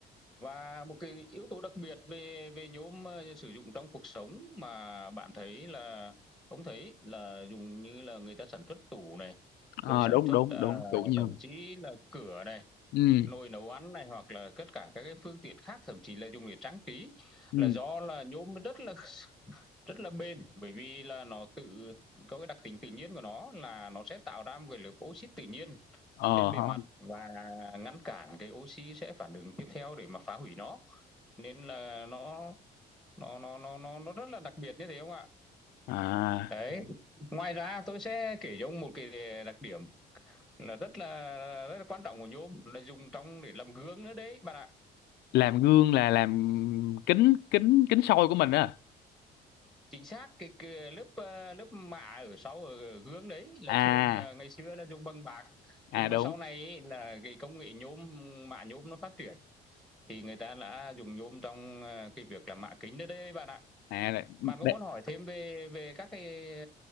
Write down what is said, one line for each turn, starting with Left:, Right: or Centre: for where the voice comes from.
Centre: và một cái yếu tố đặc biệt về về nhôm uh, sử dụng trong cuộc sống mà bạn thấy là ông thấy là dùng như là người ta sản xuất tủ này
Left: à
Centre: rồi sản
Left: đúng
Centre: xuất
Left: đúng
Centre: uh,
Left: đúng tủ nhôm
Centre: thậm chí là cửa này
Left: ừ
Centre: nồi nấu ăn này hoặc là tất cả các cái phương tiện khác thậm chí là dùng để trang trí
Left: ừ
Centre: là do là nhôm nó rất là rất là bền bởi vì là nó tự có cái đặc tính tự nhiên của nó là nó sẽ tạo ra một cái lớp oxit tự nhiên
Left: ờ
Centre: trên bề
Left: hả
Centre: mặt và ngăn cản cái oxy sẽ phản ứng tiếp theo để mà phá hủy nó nên là nó nó nó nó nó nó rất là đặc biệt như thế không ạ
Left: à
Centre: đấy
Left: à
Centre: ngoài ra tôi sẽ kể cho ông một cái đặc điểm là rất là rất là quan trọng của nhôm là dùng trong để làm gương nữa đấy bạn ạ
Left: làm gương là làm kính kính kính soi của mình á
Centre: chính xác cái, cái lớp ờ, lớp mạ ở sau ở gương đấy là
Left: à
Centre: thường là ngày xưa là dùng bằng bạc
Left: à
Centre: nhưng
Left: đúng
Centre: mà sau này ý, là cái công nghệ nhôm mạ nhôm nó phát triển thì người ta đã dùng nhôm trong ờ, cái việc là mạ kính đấy đấy bạn ạ
Left: à
Centre: Bạn có
Left: đ-
Centre: muốn hỏi thêm về về các cái,